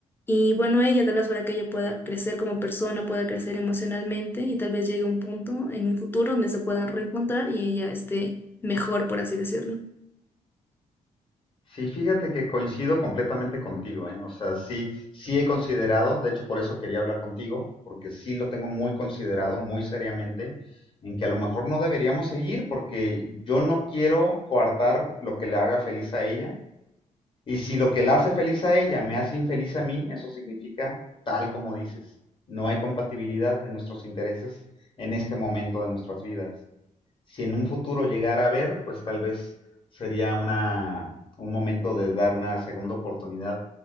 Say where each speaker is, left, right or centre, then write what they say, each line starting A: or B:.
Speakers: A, on the left; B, on the left.
A: Y bueno, a ella tal vez para que ella pueda crecer como persona, pueda crecer emocionalmente y tal vez llegue a un punto en un futuro donde se puedan reencontrar y ella esté mejor, por así decirlo.
B: Sí, fíjate que coincido completamente contigo, ¿eh? O sea, sí, sí he considerado, de hecho por eso quería hablar contigo, porque sí lo tengo muy considerado, muy seriamente, en que a lo mejor no deberíamos seguir, porque yo no quiero coartar lo que le haga feliz a ella, Y si lo que la hace feliz a ella me hace infeliz a mí, eso significa tal como dices. No hay compatibilidad de nuestros intereses en este momento de nuestras vidas. Si en un futuro llegara a haber, pues tal vez sería una, un momento de dar una segunda oportunidad.